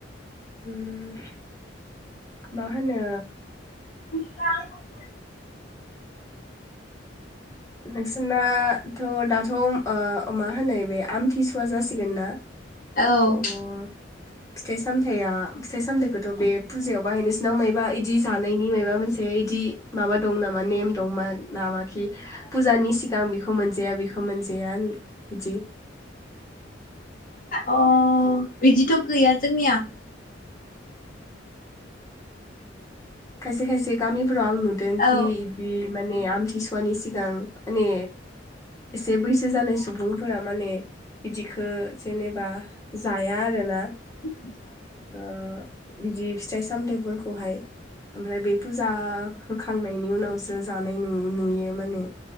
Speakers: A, on the left; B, on the left.
A: उम माहोनो
B: <unintelligible>
A: नोंसोरनाथ' दाथ' ओ ओ मा होनो बे आमथिसुवा जासिगोन ना।
B: औ
A: थह फिथाइ-सामथाया फिथाइ-सामथायखौथ' बे फुजायाव बाहायनोस सिनाव मायबा इदि जानायनि मायबा मोनसे बेइदि माबा दं नामा नेम दं मा ना माखि फुजानि सिगां बेखौ मोनजाया बेखौ मोनजाया इदि
B: अ बेदिथ' गैया जोंनिया
A: खायसे खायसे गामि फोराव आं नुदोंखि
B: औ
A: बि माने आमथिसु सुवानि सिगां माने एसे बैसो जानायस सुबुंफोरा माने बिदिखो जेनेबा जाया आरोना।
B: <unintelligible>
A: ओ बिदि फिथाइ सामथायफोरखौहाय ओमफ्राय बे फुजा होखांनायनि उनावसो जानाय नुयो नुयो माने।